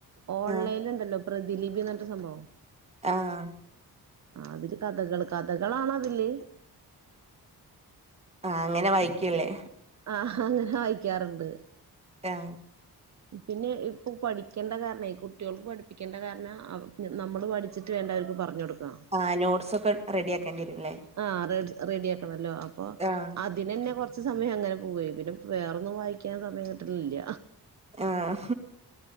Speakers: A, on the right; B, on the right.
A: ഓൺലൈനൽ
B: ആഹ്
A: ഉണ്ടല്ലോ? പ്രതിലിബി പറഞ്ഞിട്ടരു സംഭവം.
B: ആഹ
A: ആ അതില് കഥകള് കഥകളാണ അതില്
B: ആഹ അങ്ങനെ വായിക്കല്
A: ആ അങ്ങനെ വായിക്കാറുണ്ട്
B: ആ
A: പിന്നെ ഇപ്പൊ പഠിക്കേണ്ട കാരണ കുട്ടികൾക്ക് പഠിപ്പിക്കേണ്ട കാരണം നമ്മള് പഠിച്ചിട്ട വേണ്ട അവർക്ക് പറഞ്ഞുക കൊടുക്കാ
B: ആ നോട്ടസ് ഒക്കെ റെഡി ആക്കേണ്ടിവരുല്ലേ?
A: ആ ഡ റെഡി ആക്കണല്ലോ അപ്പൊ അ
B: ആഹ്
A: അതിനന്നെ കുറച്ച സമയം അങ്ങനെ പോവായി പിന്നെ വേറൊന്നും വായിക്കാൻ സമം കിട്ടലില്ല
B: ആഹ